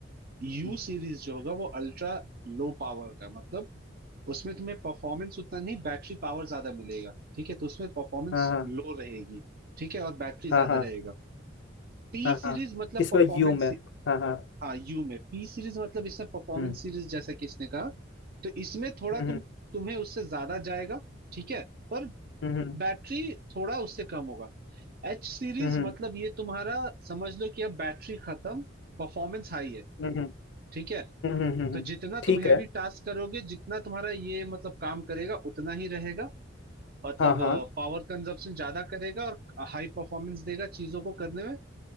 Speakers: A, on the right; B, on the left.
A: यू
B: हम्म,
A: सीरीज जो होगा वो अल्ट्रा लो पावर का मतलब उसमें तुम्हें परफॉर्मेंस उतना नहीं बैटरी पावर ज्यादा मिलेगा ठीक है तो उसमें परफॉर्मेंस
B: हाँ हाँ
A: लो रहेगी ठीक है और बैटरी
B: हाँ
A: ज्यादा
B: हाँ
A: रहेगा टी
B: हाँ
A: सीरीज
B: हाँ
A: मतलब
B: किसमें
A: परफॉर्मेंस
B: यू में हाँ हाँ
A: हाँ यू में पी सीरीज मतलब इसमें परफॉर्मेंस
B: हम्म
A: सीरीज जैसा कि इसने कहा तो इसमें थोड़ा
B: हम्म
A: तुम तुम्हें उससे ज्यादा जाएगा ठीक है पर
B: हम्म हम्म
A: बैटरी थोड़ा उससे कम होगा एच सीरीज
B: हम्म
A: मतलब ये तुम्हारा समझ लो कि अब बैटरी खत्म परफॉर्मेंस हाई है
B: हम्म हम्म
A: ठीक है
B: हम्म, हम्म, हम्म, हम्म,
A: तो
B: हम्म।
A: जितना
B: ठीक
A: तुम हैवी
B: है
A: टास्क करोगे जितना तुम्हारा ये मतलब काम करेगा उतना ही रहेगा मतलब
B: हाँ हाँ
A: पावर कंजप्शन ज्यादा करेगा और हाई परफॉर्मेंस देगा चीजों को करने में